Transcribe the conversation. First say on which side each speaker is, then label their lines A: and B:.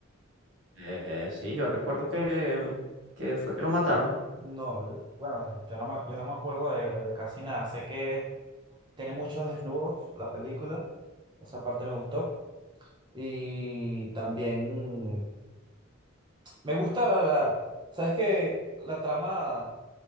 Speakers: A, on the right (about 70°); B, on the right (about 20°).
A: Eh, sí, yo recuerdo que, mm, que fue que lo mataron.
B: No, yo- bueno, yo no me, yo no me acuerdo de de casi nada. Sé que Tiene muchos desnudos la película. Esa parte me gustó. Y también me gusta la... la- ¿Sabes que La trama